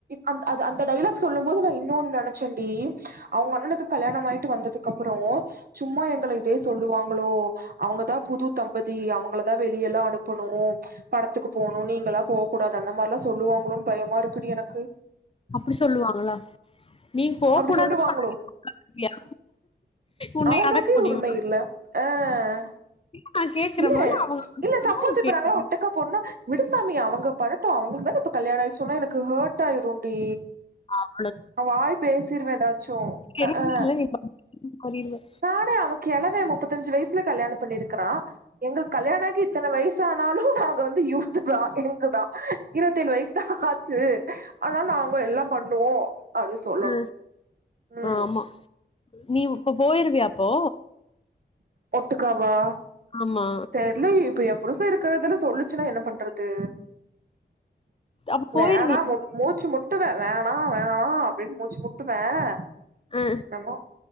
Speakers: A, on the right; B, on the left.
A: அந்த அ அந்த டைலாக் சொல்லும் போது நான் இன்னொன்னு நினைச்சேன்டி அவங்க அண்ணனுக்கு கல்யாணம் ஆயிட்டு வந்ததுக்கு அப்புறம் சும்மா எங்களை இதே சொல்லுவாங்க <unintelligible> அவங்க த புதுத்தம் பதி அவங்களதான் வெளிய எல்லா அனுப்பணும் படத்துக்கு போணும் நீங்களாம் போ கூடாது அந்த மாரிலா சொல்லுவாங்களோன்னு பயமா இருக்குடி எனக்கு
B: அப்படி சொல்லுவாங்களா நீ போக்கூடாதுன்னு
A: அப்டி சொல்லுவாங்களோ
B: சொன்ன கேப்பியா? உன்னைய
A: அவங்களுக்கே
B: அடக்க முடியுமா?
A: உரிமை இல்ல அஹ்
B: நா கேக்குறமோன்னு
A: இல்ல
B: அவங்க
A: இல்ல
B: சொன்னா
A: சப்போஸ்
B: நீ
A: இப்ப
B: கேக்கணு
A: நாங்கள ஒட்டக்கா போனோன்னா விடுசாமி அவங்க படட்டும் அவங்களுக்கு தானே இப்போ கல்யாண ஆயிடுச்சோன்னா எனக்கு ஹர்ட் ஆயிரும் டி
B: ஆஹ்
A: நா வாய் பேசிருவேன் ஏதாச்சும்
B: எதுவுமே
A: ஹக்ஹ
B: இல்ல நீ பாட்டுக்கு மாறிடுவ
A: நானே அவ கிளவ முப்பத்தஞ்சு வயசுல கல்யாணம் பண்ணிரு ருக்குறான் எங்களுக்கு கல்யாண ஆகி இத்தனை வயசு வயசானாலும் நாங்க வந்து யூத்து தான் எங்கு தான் இருபத்தேழு வயசு தான் ஆச்சு ஆனா நாங்க எல்லா பண்ணுவோம் அப்டினு சொல்லனும்
B: ம்
A: ம்ம்ம்
B: ஆமா நீ இப்ப போயிருவியாப்போ
A: ஒட்டுக்காவா
B: ஆமா
A: தெர்லயே இப்ப எபுருச இருக்கிறதுல சொல்லுச்சுன்னா என்ன பண்றது
B: அப்ப போயிருவியா
A: வேணாம் மூச் மூச்சு முட்டுவே வேணாம் வேணாம் அப்டின்னு மூச்சு முட்டுவேன்
B: ஆ
A: என்னமோ